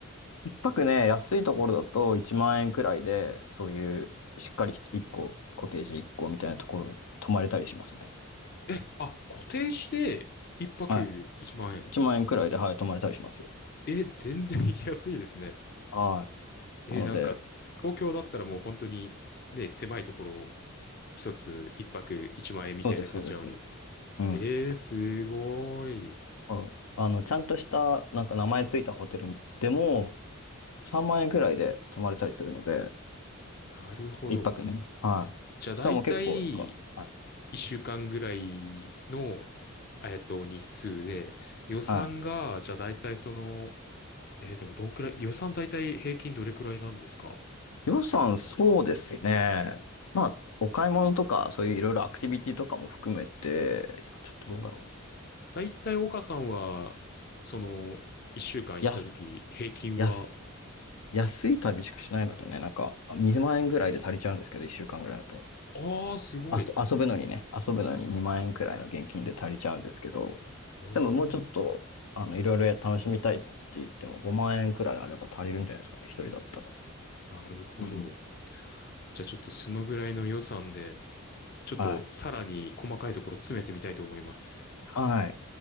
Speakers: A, on the left; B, on the left.
A: 一泊ね、安いところだと1万円くらいで、そういうしっかり1個、コテージ1個みたいなところ、泊まれたりしますね。
B: え、あ、固定して一泊1万円。
A: はい。1万円くらいで、はい、泊まれたりしますよ。
B: え、全然 <laughs> 安いですね。
A: はい。
B: え、
A: なので、
B: なんか、東京だったらもう本当にね、狭いところを一つ一泊1万円みたいな感じなのに。
A: そうです、そうです、そうです。うん。
B: えー、すごい。
A: あの、あのちゃんとした、なんか名前ついたホテルでも、3万円くらいで泊まれたりするので、
B: なるほど。
A: 一泊ね。はい。
B: じゃあ大体1週間ぐらいの、
A: したらもう結構、なんか、はい。
B: えっと、日数で、予算が、
A: はい
B: じゃあ大体その、えーでもどんくらい、予算大体平均どれくらいなんですか
A: 予算、そうですね。まあ、お買い物とか、そういういろいろアクティビティとかも含めて、今ちょっとどうだろうな。
B: 大体岡さんは、その、一週間行った時、
A: や、
B: 平均は、
A: やす安い旅しかしないのでね、なんか2万円ぐらいで足りちゃうんですけど、1週間ぐらいだと。
B: ああ、すごい。
A: あそ、遊ぶのにね、遊ぶのに2万円くらいの現金で足りちゃうんですけど、
B: ええ、
A: でももうちょっと、あの、いろいろ楽しみたいって言っても5万円くらいあれば足りるんじゃないですかね、一人だったら。
B: なるほど。
A: うん。
B: じゃあちょっとそのぐらいの予算で、ちょっとさらに細かいところ詰めてみたいと思います。
A: はい。はい。